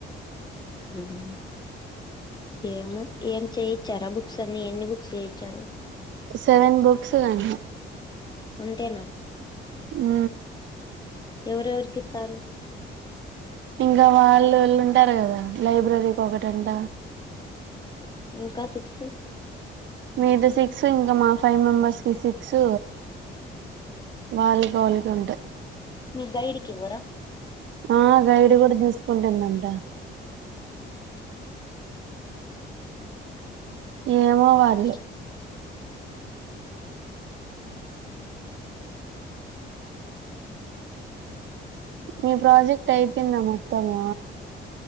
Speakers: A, on the left (about 20°); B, on the right (about 70°).
A: ఉ హు ఏమ ఏం చేయిచ్చారా బుక్స్ అన్ని ఎన్ని బుక్స్ చేయిచ్చారు
B: సెవెన్ బుక్స్ అండి
A: అంతేనా
B: ఉ
A: ఎవరెవరికి ఇస్తారు
B: ఇంకా వాళ్ళుళ్ళు ఉంటారు కదా లైబ్రరీకి ఒకటంట
A: ఇంకా సిక్స్
B: మీద సిక్స్ ఇంకా మా ఫైవ్ మెంబర్స్ కి సిక్స్ వాళ్లది వాళ్లకు ఉంటది
A: మీరు గైడ్ కు ఇవ్వరా
B: ఆ గైడ్ కూడా తీూసుకుంటుందంట ఏమో వాళ్ళు
A: ఇచ్చి
B: మీ ప్రాజెక్ట్ అయిపోయిందా మొత్తము